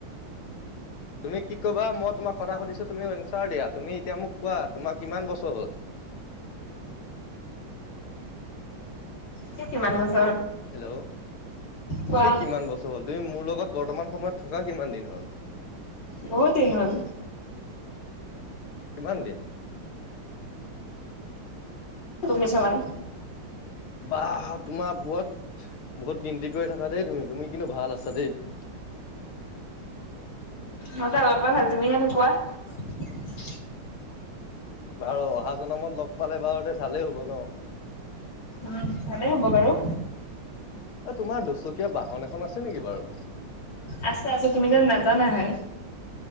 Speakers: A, on the left; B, on the left.
A: তুমি কি কবা? মই তোমাক কথা সুধিছো তুমি এনচাৰ দিয়া। তুমি এতিয়া মোক কোৱা, তোমাৰ কিমান বছৰ হল? <inaudible>
B: তিয়া কিমান বছ
A: হেল্ল'!
B: কোৱা
A: কি কিমান বছৰ হ'ল? তুমি মোৰ লগত বৰ্তমান সময়ত থকা কিমান দিন হ'ল?
B: বহুত দিন হ'ল।
A: কিমান দিন?
B: তুমি চাবানে?
A: ব তোমাৰ পত বহুত গিনন্তি কৰি থাকা দেই তুমি তুমি কিন্তু ভাল আছা দেই <unintelligible> <inaudible>
B: মইতে অলপ পৰা ভাল তুমিহে নোকোৱা <unintelligible>
A: বাৰু অহা জনমত লগ পালে বাৰু দে ভালেই হ'ব ন
B: উম ভালেই হ'ব বাৰু
A: এ তোমাৰ দুচকীয়া বাহন এখন আছে নেকি বাৰু
B: আছে আছে তুমি যেন নাজানাহে